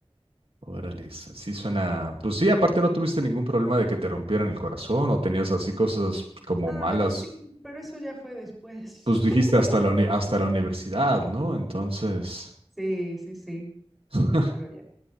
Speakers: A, on the right; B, in the centre.
A: Órale, eso sí suena. Pues sí, aparte no tuviste ningún problema de que te rompieran el corazón o tenías así cosas como
B: Ah,
A: malas.
B: bueno, sí, pero eso ya fue después.
A: Pues
B: <laughs>
A: dijiste hasta la uni- hasta la universidad, ¿no? Entonces.
B: Sí, sí, sí,
A: <laughs>
B: pero ya.